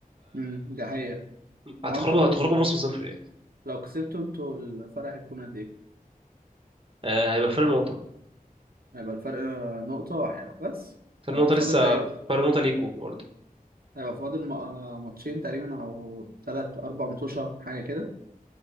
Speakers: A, on the right (about 80°); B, on the right (about 35°).
A: امم ده حقيقه
B: هتخرجوا
A: هو انتوا لو
B: هتخرجوا موسم صفر يعني
A: لو كسبتوا انتوا الفرق هيكون قد ايه
B: آه هيبقى فرق نقطة
A: هيبقى الفرق آه، نقطه واحده بس
B: فرق
A: وهيبقى
B: نقطة
A: فاضل
B: لسه
A: تقريبا
B: فرق نقطة ليكوا برضه
A: هيبقى فاضل م- آه، ماتشين تقريبا او ثلاث اربع متوشه حاجه كده